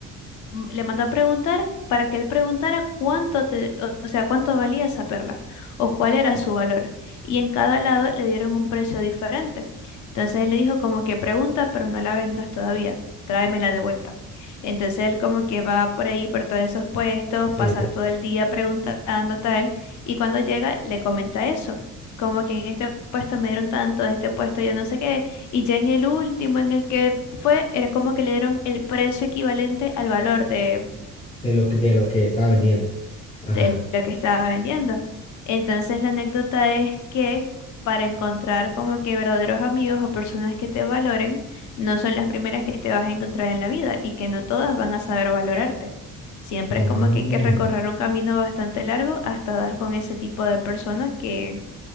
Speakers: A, on the left; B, on the left.
A: m- le mandó a preguntar para que él preguntara cuánto te, o o sea, cuánto valía esa perla o cuál era su valor. Y en cada lado le dieron un precio diferente. Entonces él le dijo como que pregunta, pero no la vendas todavía. Tráemela de vuelta. Entonces él como que va por ahí, por todos esos puestos,
B: Sí,
A: pasa todo el día preguntando tal, y cuando llega le comenta eso, como que en este puesto me dieron tanto, de este puesto yo no sé qué, y ya en el último en el que fue, era como que le dieron el precio equivalente al valor de,
B: de lo que, de lo que estaba vendiendo. Ajá.
A: de lo que estaba vendiendo. Entonces la anécdota es que para encontrar como que verdaderos amigos o personas que te valoren, no son las primeras que te vas a encontrar en la vida y que no todas van a saber valorarte. Siempre
B: Mm.
A: es como que hay que recorrer un camino bastante largo hasta dar con ese tipo de persona que,